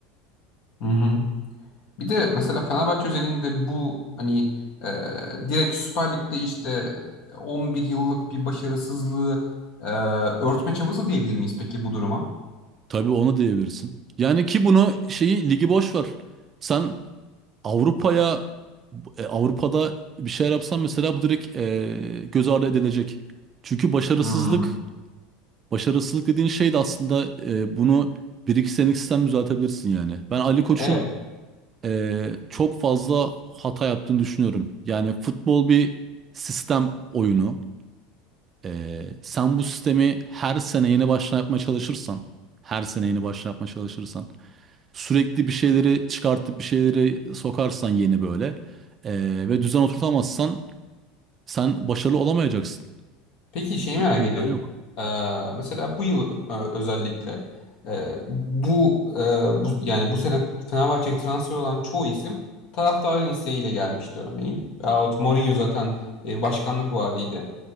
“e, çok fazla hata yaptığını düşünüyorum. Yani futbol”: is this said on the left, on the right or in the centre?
Right